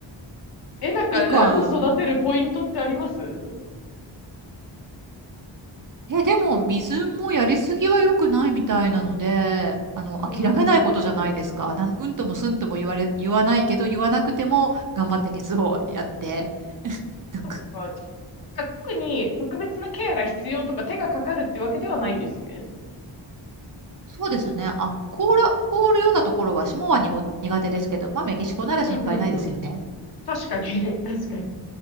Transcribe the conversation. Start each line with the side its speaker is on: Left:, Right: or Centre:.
Left: え、なんか、
Right: 1個は
Left: ラン育てるポイントってありますうん
Right: え、でも水もやりすぎは良くないみたいなので、あの、
Left: うんうんうん。
Right: 諦めないことじゃないですか。なん、うんともすんとも言われ、言わないけど、言わなくても頑張って水をやって。<laughs> なんか
Left: そっか。じゃなんか特に特別なケアが必要とか手がかかるってわけではないんですね。
Right: そうですね。あ、凍ら、凍るようなところは霜はにご苦手ですけど、まあメキシコなら心配ないですよね。
Left: うんうんうん。確かに、<laughs> 確かに。